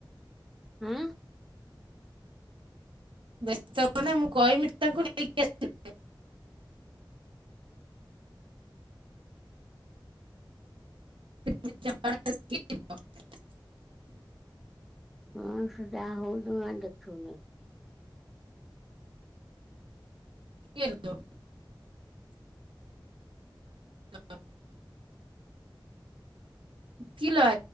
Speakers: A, in the centre; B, on the right.
A: ଆଁ
B: ବ୍ୟସ୍ତ ହବ ନା ମୁଁ କହିମି ତାଙ୍କୁ ନେଇକି ଆସି <inaudible>
A: ହଁ ସେ ଯାହା ହଉ ତମେ ଆ ଦେଖିବନି।
B: କିଏ ଲୋ ହ କି ଲୋ ଆ